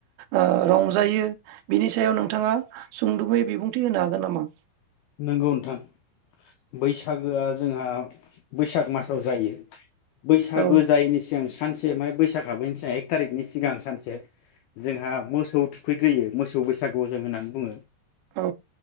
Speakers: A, on the right; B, on the left.
A: ओ रंजायो बिनि सायाव नोंथाङा सुंदुबयै बिबुंथि होनो हागोन नामा?
B: नंगौ नोंथां। बैसागोआ जोंहा बैसाग मासाव जायो। बैसागो
A: औ
B: जायैनि सिगां सानसे माइब बैसाग हाबैनि सिगां एक थारिकनि सिगां सानसे जोंहा मोसौ थुखैग्रोयो मोसौ बैसागु जों होननानै बुङो।
A: औ।